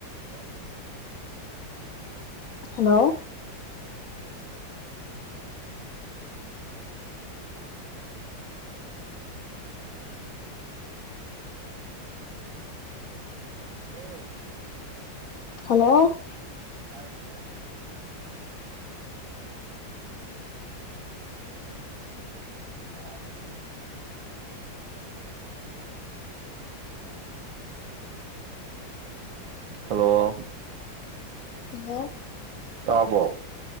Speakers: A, on the right; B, on the left.
A: hello
B: hello
A: hello hello ꯇꯕꯣ hello
B: hello
A: ꯇꯥꯏꯌꯦ ꯇꯥꯏꯌꯦ ꯍꯥꯎ ꯇꯥꯗ꯭ꯔꯣ ꯍꯜꯂꯣ
B: ꯍꯜꯂꯣ
A: ꯇꯕꯣ